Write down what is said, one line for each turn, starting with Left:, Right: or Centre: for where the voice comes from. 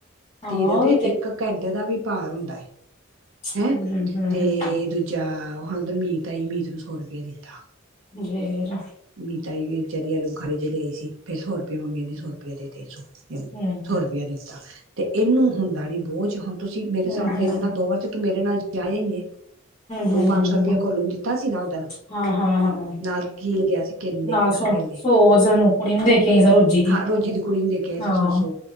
Left: ਹਾਂ
Right: ਧੀ ਦਾ ਤੇ ਇੱਕ ਘੰਟੇ ਦਾ ਵੀ ਭਾਰ ਹੁੰਦਾ ਹੈ ਹੈਂ
Left: ਹੂੰ ਹੂੰ ਹੂੰ
Right: ਤੇ
Left: ਹੂੰ
Right: ਦੂਜਾ ਹੁਣ ਉਧਰ ਮੀਤ ਆਈ ਮੀਤ ਨੂੰ ਸੌ ਰੁਪਇਆ ਦਿੱਤਾ
Left: ਜੈ ਰਾਮ
Right: ਮੀਤ ਆਈ ਬੇਚਾਰੀ ਆਲੂ ਬੁਖਾਰੇ ਚ ਲਿਆਈ ਸੀ ਫਿਰ ਸੌ ਰੁਪਇਆ ਮੰਮੀਆਂ ਕਹਿੰਦੀ ਸੌ ਰੁਪਇਆ ਦੇ ਸੋ
Left: ਹਮ
Right: ਸੋ ਰੁਪਇਆ ਦਿੱਤਾ ਤੇ ਇਹਨੂੰ ਹੁੰਦਾ ਨੀ ਬੋਝ ਹੁਣ ਤੁਸੀਂ ਮੇਰੇ
Left: ਹੂੰ
Right: ਸ
Left: ਹੂੰ
Right: ਮੇਰੇ ਨਾਲ ਦੋ ਵਾਰ ਤੂੰ ਮੇਰੇ ਨਾਲ ਜਾਂਏਗੇ
Left: ਹੂੰ
Right: ਤੂੰ ਪੰਜ
Left: ਹੂੰ
Right: ਸੌ ਰੁਪਇਆ ਕੋਲੋਂ ਦਿੱਤਾ ਸੀ ਨਾ ਓਦਣ,
Left: ਹਾਂ ਹਾਂ ਹਾਂ
Right: ਨਾਲ ਕੀਲ ਗਿਆ ਸੀ ਕੇਲੇ
Left: ਨਾ ਸੋ
Right: ਆ ਕੇਲੇ,
Left: ਸੋਜ ਨੂੰ ਕੁੜੀ ਨੂੰ ਦੇ ਕੇ ਆਈ ਸਾਂ ਰੋਜੀ
Right: ਹਾਂ ਰੋਜ਼ੇ ਦੀ ਕੁੜੀ ਨੂੰ ਦੇ ਕੇ ਆ
Left: ਹਾਂ
Right: ਸੀ ਸੋ
Left: ਹੂੰ
Right: -ਸੋ